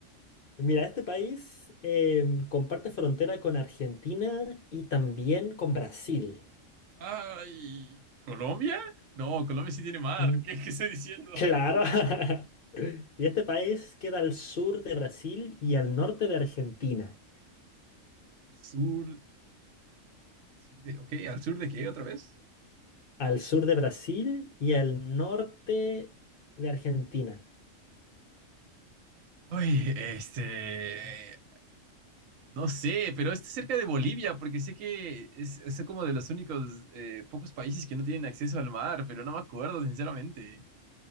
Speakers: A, on the left (about 55°); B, on the right (about 80°).
A: Mira, este país em, comparte frontera con Argentina y también con Brasil.
B: Ay, ¿Colombia? No, Colombia sí tiene mar.
A: Mm,
B: ¿Qué, qué estoy diciendo?
A: claro.
B: <laughs>
A: <laughs> Y este país queda al sur de Brasil y al norte de Argentina.
B: Sur, al sur de, ok, ¿al sur de qué otra vez?
A: Al sur de Brasil y al norte de Argentina.
B: Uy, este, no sé, pero está cerca de Bolivia, porque sé que es, es como de los únicos eh, pocos países que no tienen acceso al mar, pero no me acuerdo, sinceramente.